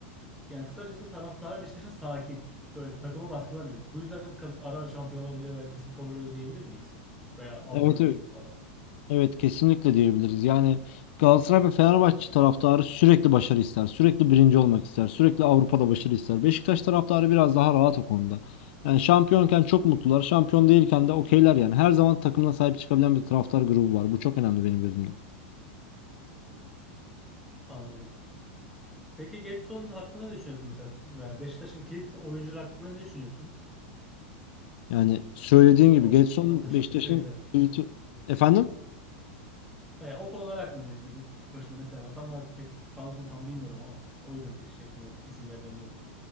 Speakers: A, in the centre; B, on the left (about 65°).
A: Yani kısacası taraftarı Beşiktaş'ın sakin. Böyle takımı baskılamıyor. Bu yüzden kaz- ara ara şampiyon olabiliyor veya kısıp kavuruyor diyebilir miyiz? Veya Avrupa
B: Evet
A: Ligi'nde
B: evet
A: falan.
B: Evet kesinlikle diyebiliriz. Yani Galatasaray ve Fenerbahçe taraftarı sürekli başarı ister. Sürekli birinci olmak ister. Sürekli Avrupa'da başarı ister. Beşiktaş taraftarı biraz daha rahat o konuda. Yani şampiyonken çok mutlular. Şampiyon değilken de okeyler yani. Her zaman takımına sahip çıkabilen bir taraftar grubu var. Bu çok önemli benim gözümde.
A: Anladım. Peki Gedson hakkında ne düşünüyorsun mesela? Veya Beşiktaş'ın kilit oyuncular hakkında ne düşünüyorsun?
B: Yani söylediğin gibi
A: O,
B: Gedson
A: o konular
B: Beşiktaş'ın
A: <laughs> öğrenciler hakkında.
B: tweet'i... Efendim?
A: Yani o konular hakkında yani başında mesela ben tam olarak pek kadrosunu tam bilmiyorum ama o yüzden pek şey yapamıyorum. isim veremiyorum.